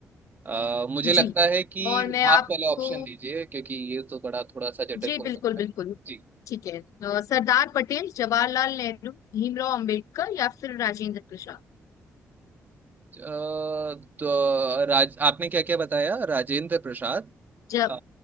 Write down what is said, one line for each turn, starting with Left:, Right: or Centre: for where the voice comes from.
Right: अ, मुझे लगता
Left: जी
Right: है कि
Left: और मैं
Right: आप
Left: आपको
Right: पहले ऑप्शन दीजिए क्योंकि ये तो बड़ा थोड़ा सा जटिल
Left: जी
Right: हो
Left: बिल्कुल
Right: सकता
Left: बिल्कुल
Right: है जी
Left: ठीक है अ, सरदार पटेल जवाहरलाल नेहरू भीमराव अंबेडकर या फिर राजेंद्र प्रसाद
Right: अ, तो राज आपने क्या क्या बताया राजेंद्र प्रसाद
Left: जब
Right: अ,